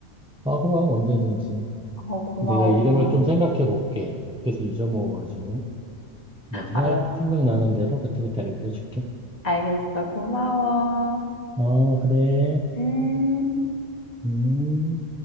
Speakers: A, in the centre; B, on the left (about 30°).
A: 아 그럼 언제든지
B: 어 고마워,
A: 내가 이름을
B: 고마워.
A: 좀 생각해 볼게. 계속 잊어먹어가지고 나도
B: 알았어.
A: 생각 생각나는 대로 그때그때 알려줄게.
B: 응. 알겠어. 고마워.
A: 어, 그래.
B: 음.
A: 음.